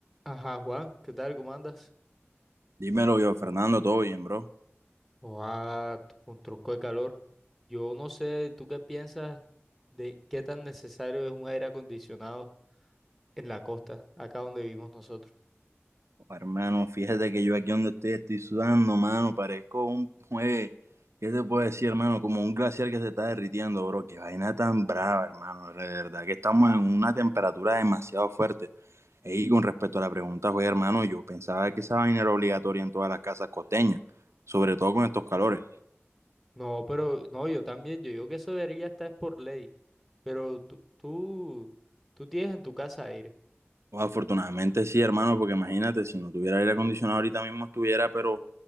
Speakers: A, in the centre; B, on the right.
A: Ajá, Juan, ¿qué tal? ¿Cómo andas?
B: Dímelo yo, Fernando, todo bien, bro.
A: Oa, con tronco de calor. Yo no sé, ¿tú qué piensas de qué tan necesario es un aire acondicionado en la costa, acá donde vivimos nosotros?
B: Oh, Hermano, fíjate que yo aquí donde estoy estoy sudando, mano. Parezco un juez. ¿Qué te puedo decir, hermano? Como un glaciar que se está derritiendo, bro. Qué vaina tan brava, hermano. De verdad que estamos en una temperatura demasiado fuerte. Y con respecto a la pregunta, güey, hermano, yo pensaba que esa vaina era obligatoria en todas las casas costeñas, sobre todo con estos calores.
A: No, pero no, yo también, yo digo que eso debería estar por ley, pero tú, tú, tú tienes en tu casa aire.
B: Pues, afortunadamente sí, hermano, porque imagínate, si no tuviera aire acondicionado ahorita mismo estuviera, pero